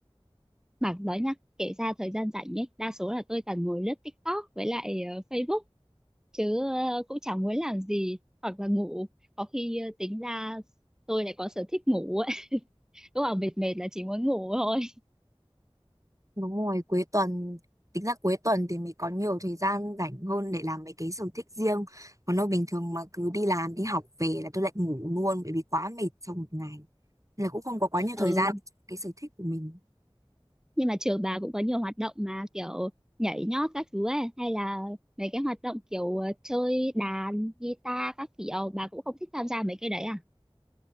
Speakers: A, in the centre; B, on the right.
A: bảo nói nhá kể ra thời gian rảnh ấy đa số là tôi toàn ngồi lướt TikTok với lại ờ, Facebook chứ ờ, cũng chẳng muốn làm gì hoặc là ngủ có khi ờ, tính ra tôi lại có sở thích ngủ ấy <laughs> lúc nào mệt mệt là chỉ muốn ngủ thôi
B: đúng rồi cuối tuần tính ra cuối tuần thì mình có nhiều thời gian rảnh hơn để làm mấy cái sở thích riêng còn đâu bình thường mà cứ đi làm đi học về là tôi lại ngủ luôn bởi vì quá mệt sau một ngày Nên là cũng không có quá nhiều
A: Ừ
B: thời gian cho cái sở thích của mình
A: nhưng mà trường bà cũng có nhiều hoạt động mà kiểu nhảy nhót các thứ ấy hay là mấy cái hoạt động kiểu ờ, chơi đàn guitar các kiểu bà cũng không thích tham gia mấy cái đấy à